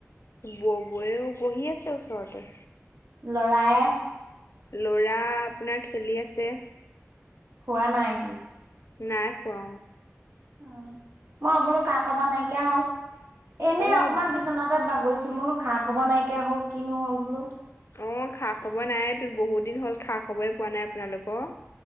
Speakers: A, on the left; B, on the right.
A: ববৈও বহি আছে ওচৰতে।
B: ল'ৰায়ে।
A: ল'ৰা আপোনাৰ খেলি আছে
B: খোৱা নাই সি
A: নাই হুৱা
B: উ মই বোলো কা খব নাইকিয়া হল এনে
A: অ'
B: অকমান বিচনাতে বা গৈছো বোলো খা খব নাইকিয়া হল কিনো হ'ল বোলো
A: অ খা খবৰ নাই বহুত দিন হ'ল খা খবৰে পোৱা নাই আপোনালোকৰ